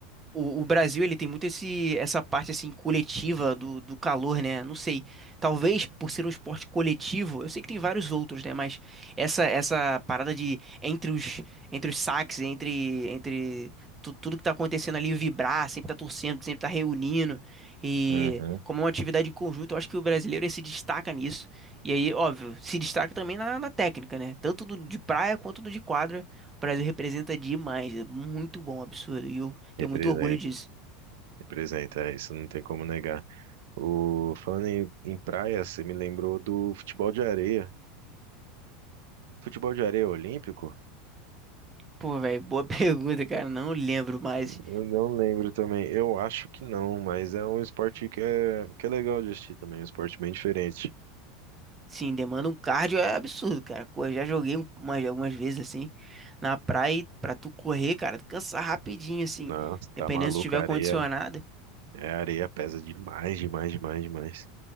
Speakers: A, on the right (about 15°); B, on the right (about 75°).
A: O, o Brasil, ele tem muito esse, essa parte, assim, coletiva do, do calor, né? Não sei. Talvez por ser um esporte coletivo, eu sei que tem vários outros, né? Mas essa, essa parada de entre os, entre os saques, entre, entre tu- tudo que tá acontecendo ali, vibrar, sempre tá torcendo, sempre tá reunindo. E
B: Uhum,
A: como é uma atividade em conjunto, eu acho que o brasileiro ele se destaca nisso. E aí, óbvio, se destaca também na, na técnica, né? Tanto do de praia quanto do de quadra. O Brasil representa demais. É muito bom, absurdo. E eu tenho
B: representa,
A: muito orgulho disso.
B: representa, é, isso não tem como negar. O, falando em, em praia, você me lembrou do futebol de areia. Futebol de areia olímpico?
A: Pô, velho, boa <laughs> pergunta, cara. Não lembro, mais
B: Eu não lembro também. Eu acho que não, mas é um esporte que é, que é legal de assistir também. Um esporte bem diferente.
A: sim, demanda um cardio é absurdo, cara. Correr, já joguei um, umas, algumas vezes assim na praia e pra tu correr, cara, tu cansa rapidinho, assim.
B: Nossa, tá
A: Dependendo
B: maluco.
A: se tiver
B: A
A: condicionada.
B: areia, é, a areia pesa demais, demais, demais, demais.